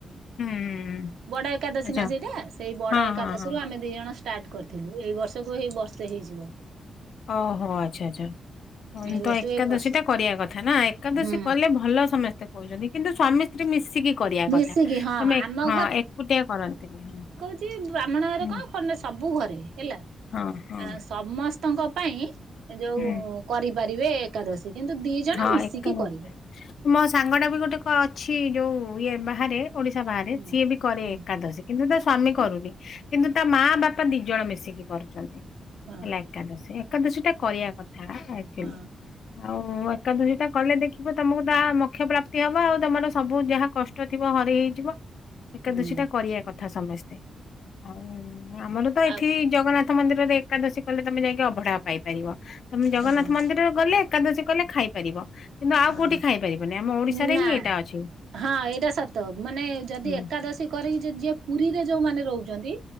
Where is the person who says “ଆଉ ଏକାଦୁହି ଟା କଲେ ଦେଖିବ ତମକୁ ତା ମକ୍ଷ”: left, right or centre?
Left